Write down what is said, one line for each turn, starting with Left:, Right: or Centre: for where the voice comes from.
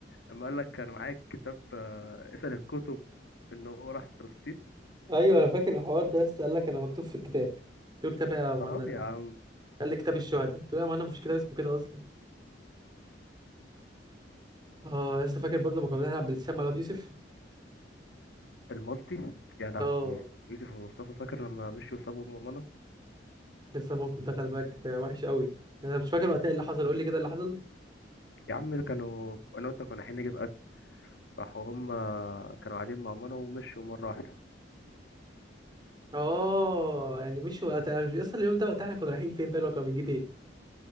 Left: لما قال لك كان معايا كتاب آه، اسأل الكتب ان هو راح فلسطين
Right: ايوه انا فاكر الحوار ده يا اسطى قال لك انا مكتوب في الكتاب قلت له كتاب إيه يا مهند
Left: اه يا عم
Right: قال لي كتاب الشهداء قلت له يا مهند مفيش كتاب اسمه كده اصلا اه يا اسطى فاكر برضه لما كنا بنلعب بلاي ستيشن مع الواد يوسف
Left: المالتي يا لهوي
Right: اه
Left: يوسف ومصطفى فاكر لما مشيوا وسابوا منى
Right: لسه الموقف ده خلي بالك ده وحش قوي انا مش فاكر وقتها إيه اللي حصل قول لي كده اللي حصل
Left: يا عم كانوا انا وانت كنا رايحين نجيب اكل راحوا هم كانوا قاعدين مع ماما ومشوا مره واحده
Right: اه يعني مش وقت انا مش اصلا اليوم ده وقت احنا كنا رايحين فين بقى لو كنا بنجيب ايه